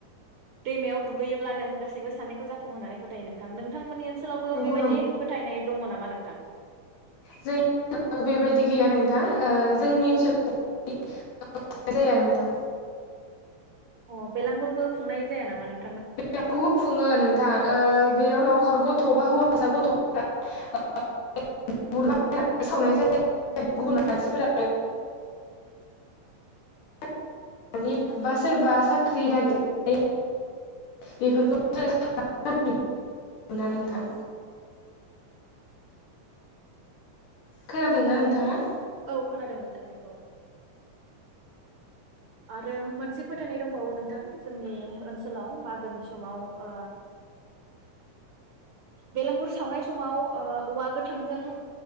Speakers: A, on the right (about 60°); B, on the left (about 80°).
A: दैमायाव दुगैयोब्लानो गासैबो साननायखौ जाफुं होननानै फोथायो नों थां नोंथांमोननि ओन सोलावबो
B: नंगौ
A: बेबायदि फोथायनाय दङ ना मा नोंथां?
B: जोंनि ओनसोलाव बेबायदि गैया नोंथां ओ जोंनि ओनसोलाव जाया नोंथां।
A: अ बेलांगुरबो खुंनाय जाया नामा नों
B: बेबो खुङो नोंथां ओ बेयाव लावखार गथ'एबा हौवा <inaudible> सावनाय जायो गुब मानसिफोरा <inaudible> बा सोरबा साख्रि नागिरनानै बेफोरखौ <inaudible> मोना नोंथां। खोनादोंना
A: अ
B: नोंथांङा?
A: नोंथां औ खोनादों नोंथांनिखौ। आरो मोनसे फोथायनाय दंबावो नोंथां जोंनि ओनसोलाव मागोनि समाव ओ बेलगुर सावनाय समाव ओ औवा गोथांजों